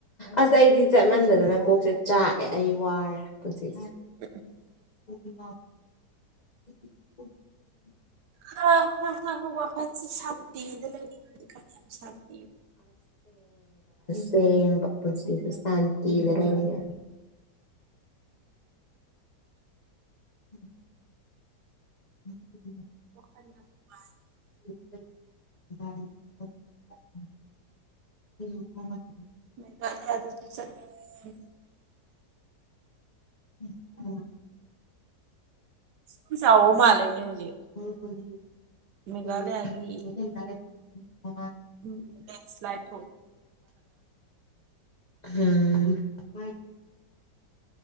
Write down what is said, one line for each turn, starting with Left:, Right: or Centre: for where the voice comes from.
Left: ꯑꯁ ꯑꯩꯗꯤ ꯆꯠꯃꯟꯗꯗꯅ ꯀꯣꯛꯁꯦ ꯆꯥꯛꯑꯦ ꯑꯩ ꯋꯥꯔꯦ ꯄꯨꯟꯁꯤꯁꯦ
Right: <inaudible>
Left: <unintelligible>
Right: ꯍ ꯍ ꯍ ꯍ ꯋꯥꯈꯜꯁꯤ ꯁꯥꯟꯇꯤꯗ ꯂꯩꯅꯤꯡꯉꯤ ꯁꯥꯟꯇꯤꯗ
Left: ꯁꯦꯡꯕ ꯄꯨꯟꯁꯤꯁꯦ ꯁꯥꯟꯇꯤꯗ ꯂꯩꯅꯤꯡꯉꯦ <inaudible> <inaudible>
Right: <inaudible>
Left: <unintelligible>
Right: <unintelligible> ꯆꯠꯅꯤꯡꯉꯤ
Left: <inaudible>
Right: ꯑꯝ ꯆꯥꯎꯋꯣꯃꯥ ꯂꯩꯅꯤꯡ
Left: <unintelligible> <inaudible>
Right: ꯃꯦꯘꯥꯂꯌꯥꯒꯤ
Left: <inaudible>
Right: ꯂꯦꯟꯁ ꯂꯥꯏꯗ
Left: ꯍꯝ